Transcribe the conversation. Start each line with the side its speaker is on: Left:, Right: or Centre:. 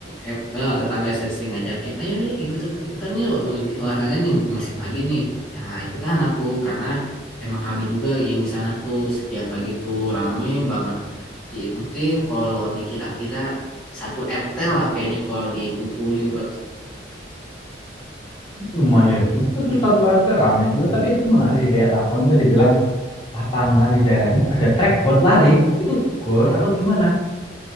Centre: eh, eh, tetangga sering-sering ngajakin ayo ya ikut ikutan yuk eh, olahraga nih mumpung masih pagi nih ya ikutan aku karena emang rame juga yang di sana tuh setiap pagi tuh rame banget Jadi, mungkin kalau dikira-kira satu RT lah kayaknya kalau dikumpulin bang
Left: lumayan juga tuh satu RT ramai juga tapi itu menarik sih kayak la- kamu tadi bilang lapangan di daerahmu ada track buat lari itu gor atau gimana